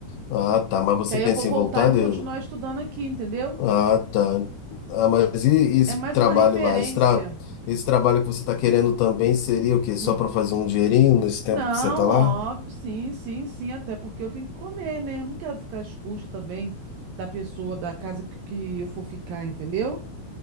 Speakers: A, on the left; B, on the right.
A: Ah, tá. Mas você
B: Que aí
A: pensa
B: eu vou voltar
A: em voltar,
B: e vou
A: deu?
B: continuar estudando aqui, entendeu?
A: Ah, tá. Ah, mas e, e esse
B: É mais
A: trabalho
B: uma referência.
A: lá? Esse, tra... esse trabalho que você está querendo também seria o quê? Só
B: Hum.
A: para fazer um dinheirinho nesse tempo
B: Não,
A: que você está lá?
B: óbvio, sim, sim, sim, até porque eu tenho que comer, né? Eu não quero ficar às custas também da pessoa, da casa que, que eu for ficar, entendeu?